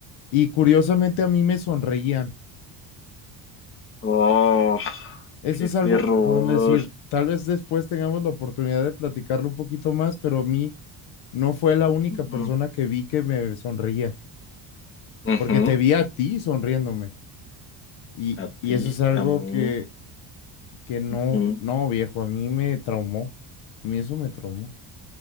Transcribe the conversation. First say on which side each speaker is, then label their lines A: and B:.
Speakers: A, on the left (about 75°); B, on the left (about 25°).
A: Y curiosamente a mí me sonreían.
B: Oh,
A: Eso
B: qué
A: es
B: terror.
A: algo por no decir, tal vez después tengamos la oportunidad de platicarlo un poquito más, pero a mí no fue la única
B: Ujú.
A: persona que vi que me sonreía,
B: Ujú.
A: porque te vi a ti sonriéndome. Y,
B: A
A: y
B: ti,
A: eso es algo
B: a mí.
A: que, que no,
B: Ujú.
A: no, viejo, a mí me traumó. A mí eso me traumó.